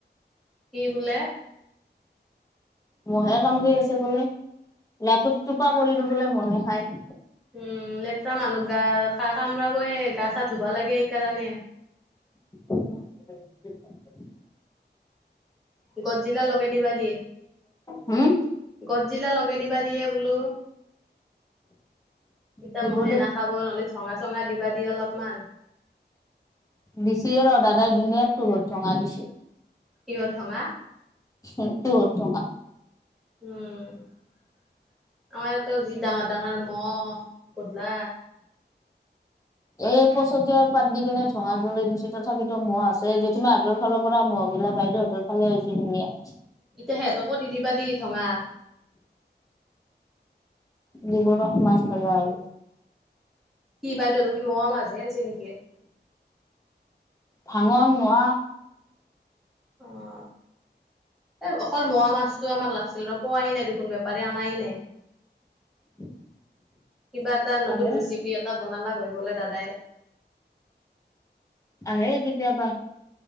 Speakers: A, in the centre; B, on the left.
A: কি বুল
B: মহে কামৰি আছে বোলে লটোু টোপা কৰিলো বোলে মহে খাই
A: উম লেতেৰা মানুহ গা ক কামৰাবয় গা চা ধুবা লাগে সকাৰণে
B: অ
A: গছ জিলা লগাই দিবা দেই
B: হম
A: গছ জিলা লগে দিবা দিয়ে বোলো তেতিতয়া
B: দিব
A: মহে
B: দে
A: নাখাব নলি থ ঙা চঙা দিবা দি অলপমান
B: বিছি ৰ দাদাই দিন তহৰ থঙ আ দিছেি
A: কিহ অথঙা
B: উ তো ত
A: উম আমাৰ এত যি ডাঙৰ ডাঙৰ মহ কতল
B: এই পছতিয়াৰ পাত দি কেনে ধঙা জ্বলে গছেি তথাপিতো মহ আছে জেঠীমা হাদৰ ফালৰ পৰা মহ' গিলা বাইদেউ হতৰালে হৈছেছিল ধুনীয়া
A: এতিয়া সিহঁতকো দি দিবা দি ঙা
B: দিব ৰস মাছটা যাওঁল
A: কি বাইদেউ তৰ কি মোৱা মাছ হে আনছে নেকি?
B: ভাগণ, মৰা
A: অ এ অকল মোৱা মাছতটো আমাক লাগিছিল ৰ পোৱাই নাই দেখোন বেপাৰী অনাই নাই
B: <unintelligible>
A: কিবা এটা নতুন
B: আহে
A: ৰেচিপি এটা বনালা হয় বলে দাদাই
B: অ হেগিতয়াাবা